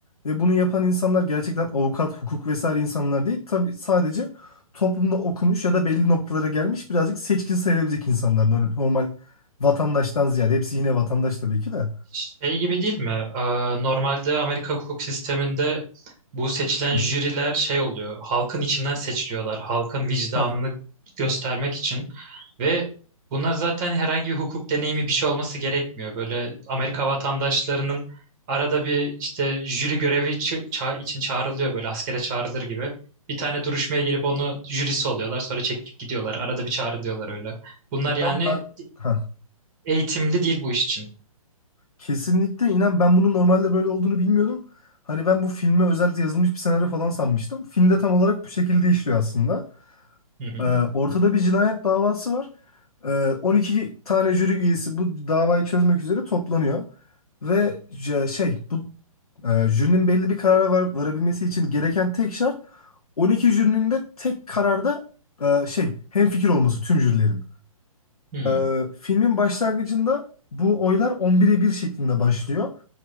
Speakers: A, on the left (about 85°); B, on the right (about 30°).
A: Ve bunu yapan insanlar gerçekten avukat, hukuk vesaire insanlar değil. Tabii sadece toplumda okumuş ya da belli noktalara gelmiş birazcık seçkin sayılabilecek insanlar. Nor- Normal vatandaştan ziyade. Hepsi yine vatandaş tabii ki de.
B: Şey gibi değil mi? Ee, normalde Amerika hukuk sisteminde bu seçilen
A: Hı.
B: jüriler şey oluyor. Halkın içinden seçiliyorlar. Halkın vicdanını
A: Ha,
B: göstermek için. Ve bunlar zaten herhangi bir hukuk deneyimi bir şey olması gerekmiyor. Böyle Amerika vatandaşlarının arada bir işte jüri görevi çı- ça- için çağrılıyor böyle askere çağrılır gibi. Bir tane duruşmaya girip onu jürisi oluyorlar. Sonra çekip gidiyorlar. Arada bir çağrılıyorlar öyle. Bunlar
A: inan
B: yani
A: ben ha,
B: eğitimli değil bu iş için.
A: kesinlikle inan ben bunun normalde böyle olduğunu bilmiyordum. Hani ben bu filme özel yazılmış bir senaryo falan sanmıştım. Filmde tam olarak bu şekilde işliyor aslında.
B: Hı hı.
A: Ee, ortada bir cinayet davası var. Ee, 12 tane jüri üyesi bu davayı çözmek üzere toplanıyor. Ve j- şey bu e, jürinin belli bir karara var, varabilmesi için gereken tek şart 12 jürinin de tek kararda e, şey hemfikir olması tüm jürilerin.
B: Hı
A: Ee, Filmin başlangıcında bu oylar 11'e bir şeklinde başlıyor